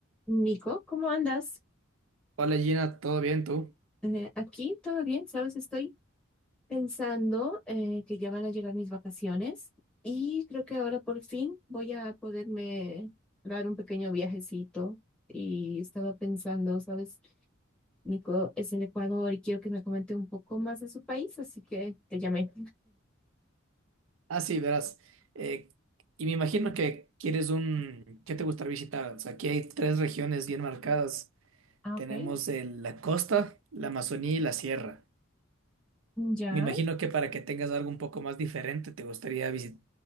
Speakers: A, in the centre; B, on the right (about 70°).
A: Nico, ¿cómo andas?
B: Hola Gina, ¿todo bien tú?
A: Eh, aquí todo bien, ¿sabes? Estoy pensando eh, que ya van a llegar mis vacaciones y creo que ahora por fin voy a poderme dar un pequeño viajecito. Y estaba pensando, ¿sabes? Nico es del Ecuador y quiero que me comente un poco más de su país, así que te llamé.
B: Ah, sí, verás. eh, y me imagino que quieres un... ¿Qué te gustaría visitar? O sea, aquí hay tres regiones bien marcadas.
A: Ah,
B: Tenemos
A: ok.
B: el- la costa, la Amazonía y la sierra.
A: Ya.
B: Me imagino que para que tengas algo un poco más diferente, te gustaría visitar...